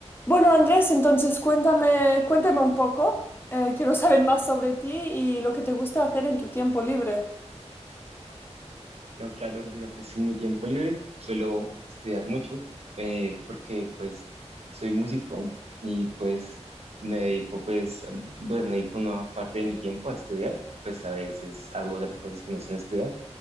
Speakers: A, on the left (about 20°); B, on the right (about 60°).
A: Bueno, Andrés, entonces cuéntame, cuéntame un poco. Eh, quiero saber más sobre ti y lo que te gusta hacer en tu tiempo libre.
B: No, claro, mira, pues en mi tiempo libre suelo estudiar mucho, eh, porque pues soy músico y pues me dedico pues, a- pues me dedico una parte de mi tiempo a estudiar, pues a veces hago otras cosas que no son estudiar,